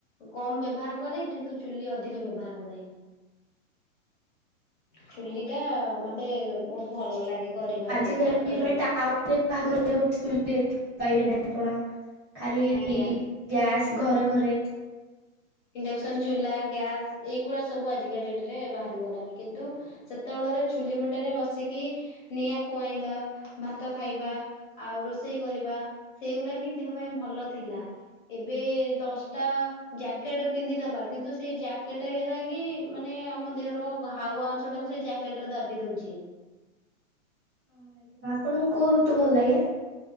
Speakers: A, on the left (about 35°); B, on the right (about 20°).
A: କମ ବ୍ୟବହାର କରେ କିନ୍ତୁ ଚୁଲି ଅଧିକ ବ୍ୟବହାର କରେ। ଚୁଲି ଟା ମତେ ବହୁତ ଭଲ ଲାଗେ। କରିବା
B: ଆଜିିକାଲି
A: ପାଇଁ କାଠ ଜାଳ
B: ମାନେ ଟାଉ ହାଘ ଗୋଟେ ଚୁଲିପାଇବେନି ଆପଣ ଖାଲି
A: ଆଜ୍ଞା।
B: ଗ୍ୟାସ୍ ଘରେ ଘରେ।
A: ଇଣ୍ଡକସନ ଚୁଲା, ଗ୍ୟାସ ଏଇଗୁଡା ସବୁ ଆଜି କାଲିକା ଡେଟ୍ରେ ବାହାରିଲାଣି କିନ୍ତୁ ସେତବେଳର ଚୁ ଲି ମୁଣ୍ଡରେ ବସିକି ନିଆଁ ପୁଆଇଁବା, ଭାତ ଖାଇବା ଆଉ ରୋଷେଇ କରିବା। ସେଗୁଡା ହିଁ ଦେହ ପାଇଁ ଭଲ ଥିଲା। ଏବେ ଦଶଟା ଯା ଜକେଟ ପିନ୍ଧିଦବା କିନ୍ତୁ ସେଇ ଜ୍ୟାକେଟ ହେରା କି ମାନେ ଆମ ଦେହର ହାଉଆ ଅଂଶ ଟାକୁ ସେ ଦାବି ଦଉଛି।
B: ହଁ ଭାଇ ଆପଣଙ୍କୁ କୋଉ ଋତୁ ଭଲ ଲାଗେ।